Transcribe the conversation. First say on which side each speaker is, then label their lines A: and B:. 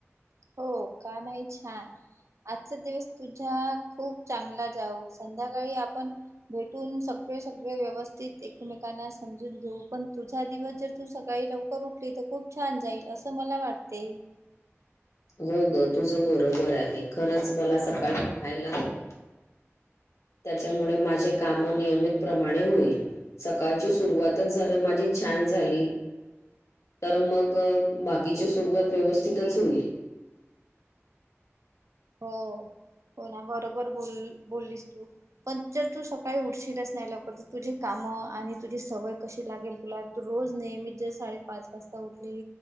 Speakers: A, on the right (about 80°); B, on the left (about 80°).
A: हो का नाही छान आजचा दिवस तुझ्या खूप चांगला जाऊ संध्याकाळी आपण भेटून सगळे सगळे व्यवस्थित एकमेकांना समजून घेऊ पण तुझा दिवस जर तू सकाळी लवकर उठली तर खूप छान जाईल असं मला वाटते
B: हो ग तुझं बरोबर आहे खरंच मला सकाळी उठायला हवंय त्याच्यामुळे माझे काम नियमित प्रमाणे होईल सकाळची सुरुवातच जरा माझी छान झाली तर मग बाकीची सुरुवात व्यवस्थितच होईल
A: हो हो ना बरोबर बोल बोललीस तू पण जर तू सकाळी उठशीलच नाही लकरत तुझी कामं आणि तुझी सवय कशी लागेल तुला रोज नेहमी जर साडेपाच वाजता उठली